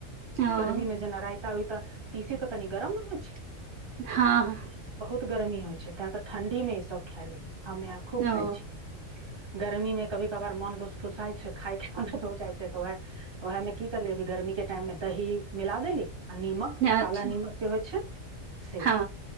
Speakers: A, on the right (about 70°); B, on the right (about 20°).
A: ओ
B: गर्मीमे जना रायता उइ- त तीसी त कनि गर्म न होइ छै
A: हाँ
B: त गरमी होइ छै तें त ठंडी मे इ सब खाए ली हमे आर खूब
A: ओ
B: खाइ छी गर्मी मे कभी कभार मन लुसफूसाइ छै खाइ के मन हो जाइत छै त ओहा ओहा मे की करलियै गर्मी के टाइम मे दही मिला देली आ निमक
A: अच्छा
B: काला निमक जे होइ छै से
A: हँ